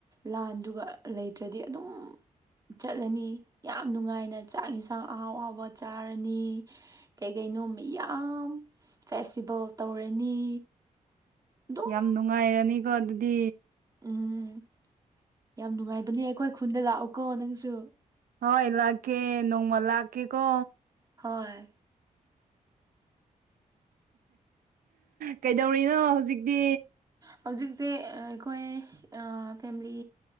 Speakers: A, on the right; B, on the right.
A: ꯂꯥꯟꯗꯨꯒ ꯂꯩꯇ꯭ꯔꯗꯤ ꯑꯗꯨꯝ ꯆꯠꯂꯅꯤ ꯌꯥꯝ ꯅꯨꯡꯉꯥꯏꯅ ꯆꯥꯛ ꯌꯦꯟꯁꯥꯡ ꯑꯍꯥꯎ ꯑꯍꯥꯎꯕ ꯆꯥꯔꯅꯤ ꯀꯩꯀꯩꯅꯣ ꯌꯥꯝ ꯐꯦꯁꯇꯤꯚꯦꯜ ꯇꯧꯔꯅꯤ ꯑꯗꯨꯝ
B: ꯌꯥꯝ ꯅꯨꯡꯉꯥꯏꯔꯅꯤꯀꯣ ꯑꯗꯨꯗꯤ
A: ꯎꯝ ꯌꯥꯝ ꯅꯨꯡꯉꯥꯏꯕꯅꯦ ꯑꯩꯈꯣꯏ ꯈꯨꯟꯗ ꯂꯥꯛꯎꯀꯣ ꯅꯪꯁꯨ
B: ꯍꯣꯏ ꯏ ꯂꯥꯛꯀꯦ ꯅꯣꯡꯃꯜ ꯂꯀꯦꯀꯣ
A: ꯍꯣꯏ
B: ꯀꯩꯗꯧꯔꯤꯅꯣ ꯍꯧꯖꯤꯛꯇꯤ
A: ꯍꯧꯖꯤꯛꯁꯦ ꯑꯩꯈꯣꯏ ꯐꯦꯃꯤꯂꯤ